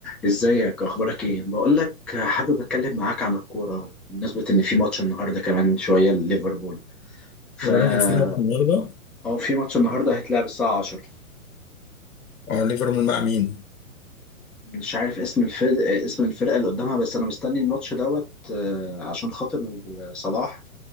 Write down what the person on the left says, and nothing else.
يا راجل في ماتش النهارده
آه، ليفربول مع مين؟